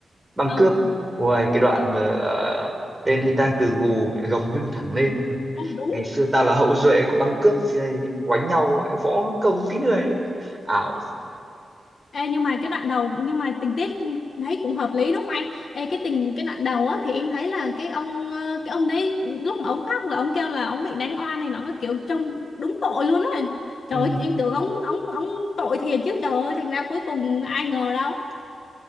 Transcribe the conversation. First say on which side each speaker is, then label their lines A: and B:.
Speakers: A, on the right; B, on the left.
A: băng
B: ừ,
A: cướp
B: ừ.
A: ngoài cái đoạn
B: Ờ,
A: mà ờ, tên ấy đang từ gù gồng lưng thẳng lên
B: ừ, đúng
A: ngày xưa ta là hậu duệ của băng cướp gì đây oánh nhau võ công kính người ấy. ảo
B: Ê, nhưng mà cái đoạn đầu nhưng mà tình tiết thấy cũng hợp lý đúng không anh? Ê, cái tình cái đoạn đầu á thì em thấy là cái ông ờ, cái ông đấy lúc mà ông khóc là ông kêu là ông bị đánh oan này nó cái kiểu trông đúng tội luôn á. Trời
A: Ừ,
B: ơi em tưởng ông ông ông tội thiệt chứ trời ơi thành ra cuối cùng ai ngờ đâu.